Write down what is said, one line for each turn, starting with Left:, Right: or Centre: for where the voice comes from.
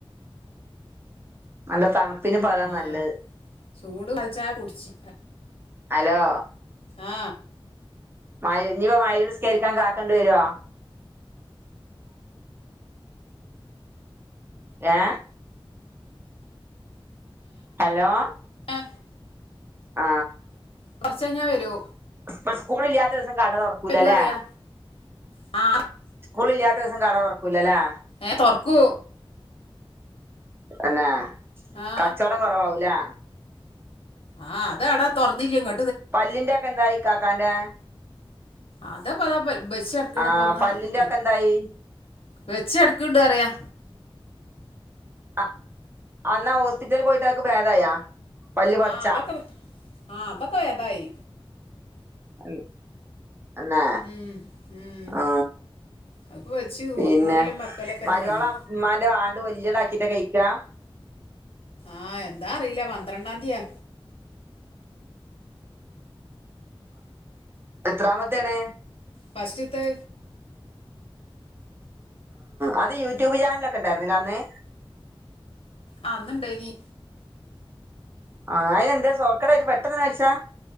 Right: നല്ല തണുപ്പിന് ഇപ്പതാ
Left: ആ
Right: നല്ലേ
Left: ചൂട് പാൽ ചായ കുടിച്ചി
Right: അലോ
Left: ആ
Right: മയ് ഇനിപ്പ മയ്രിബ് നിസ്കരിക്കാൻ കാക്കേണ്ടി വരൊ ഏ ഹലോ
Left: <inaudible>
Right: ആ
Left: കൊർച്ച് കഴിഞ്ഞാ വരും.
Right: ഇപ്പ സ്കൂൾ ഇല്ലാത്ത ദേസം കട തൊർക്കൂലല്ലേ
Left: വരൂ അറിയാ ആ
Right: സ്കൂൾ ഇല്ലാത്ത ദേസം കട തൊർ ക്കൂല ല്ലേ
Left: ഏ തൊർക്കൂ
Right: തന്നെ
Left: ആ
Right: കച്ചോടം കൊർവാവു ലേ
Left: ആ അത് എടാ തുറന്നില്ലങ്ങ്
Right: പല്ലിന്റെ ഒക്കെ എന്തായി കാക്കാന്റെ
Left: അതാ പതാ പരും വെച്ചട്ക്ക്ണ്
Right: ആ
Left: പൊന്ന്
Right: പല്ലിന്റെ
Left: ക്ക്ള്
Right: ഒക്കെ എന്തായി
Left: വെച്ചട് ക്ക്ണ്ട് റയാ
Right: അ അന്നാ ഹോസ്പിറ്റലിൽ പോയിട്ട് ആക്ക് ഭേദായാ പല്ല് പറിച്ചാ
Left: ആഹ് അതൊക്കെ ആഹ് അതൊക്കെ ഭേദായി.
Right: മ് എന്നാ
Left: ഉം ഉം
Right: ആ
Left: അതിപ്പോ വെച്ച്
Right: പിന്നെ
Left: ഊ- ഊരലും വെക്കലൊക്കെ തന്നെ
Right: മരോളെ
Left: പണി
Right: ഇമ്മാന്റെ ആണ്ട് വല്യതാക്ക ക്കീട്ടാ കഴിക്കാ
Left: ആ എന്താ അറിയില പന്ത്രണ്ടാന്തിയാ
Right: എത്രാമത്തെയാണ്
Left: ഫസ്റ്റ്ത്തെ
Right: അത് യൂട്യൂബ് ചാനലൊക്കെ ഉണ്ടായിരുന്നില്ല അന്ന്
Left: അ അന്നുണ്ടായിനി
Right: ആ അയ്‌ന് എന്താ സോക്കേടായിട്ട് പെട്ടെന്ന് മരിച്ചാ